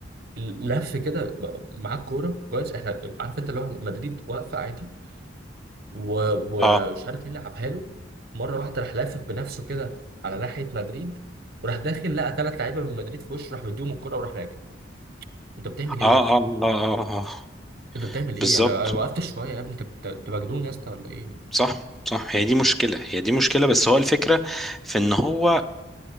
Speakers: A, on the right; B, in the centre.
A: لف كده ب- معاه الكوره كويس احنا عارف انت اللي هو مدريد واقفه عادي و- ومش
B: اه
A: عارف مين لعبها له مره واحده راح لافف بنفسه كده على ناحيه مدريد وراح داخل لقى ثلاث لعيبه من مدريد في وشه راح مديهم الكوره وراح راجع انت بتعمل ايه
B: اه
A: يا ابني؟
B: اه اه اه آه.
A: انت بتعمل ايه؟
B: بالظبط
A: انا انا وقفت شويه يا ابني انت بت- انت مجنون يا اسطى ولا ايه؟
B: صح صح هي دي مشكله هي دي مشكله بس هو الفكره في ان هو